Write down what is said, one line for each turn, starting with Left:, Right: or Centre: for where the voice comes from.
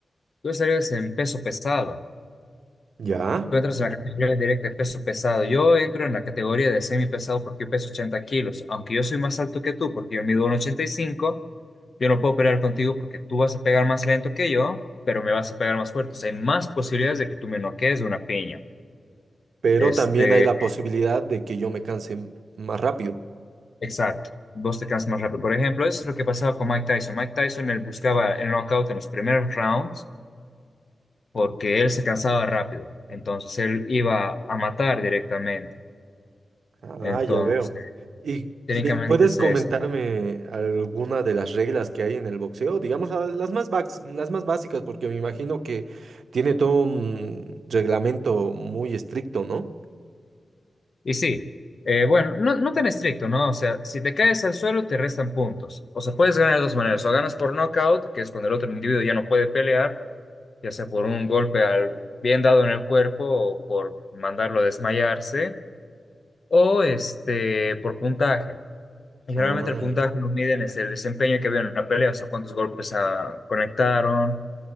Left: Tú eres en peso pesado.
Right: Ya.
Left: Tú entras en la Sí. categoría directa de peso pesado. Yo entro en la categoría de semi pesado porque yo peso 80 kilos. Aunque yo soy más alto que tú porque yo mido 1,85, yo no puedo pelear contigo porque tú vas a pegar más lento que yo, pero me vas a pegar más fuerte. O sea, hay más posibilidades de que tú me noquees de una piña.
Right: pero
Left: Este,
Right: también hay la posibilidad de que yo me canse m- más rápido.
Left: exacto. Vos te cansas más rápido. Por ejemplo, eso es lo que pasaba con Mike Tyson. Mike Tyson, él buscaba el knockout en los primeros rounds porque él se cansaba rápido. Entonces, él iba a matar directamente.
Right: Ah,
Left: Entonces,
Right: ya veo. ¿Y
Left: técnicamente
Right: ti- puedes
Left: es
Right: comentarme
Left: eso.
Right: alguna de las reglas que hay en el boxeo? Digamos, a- las más, bax- las más básicas, porque me imagino que tiene todo un reglamento muy estricto, ¿no?
Left: Y sí, eh, bueno, no, no tan estricto, ¿no? O sea, si te caes al suelo, te restan puntos. O sea, puedes ganar de dos maneras. O ganas por knockout, que es cuando el otro individuo ya no puede pelear, ya sea por un golpe al- bien dado en el cuerpo o por mandarlo a desmayarse, o este, por puntaje. Y generalmente
Right: Ah,
Left: el puntaje
Right: ya.
Left: lo miden es el desempeño que había en la pelea, o sea, cuántos golpes ah, conectaron,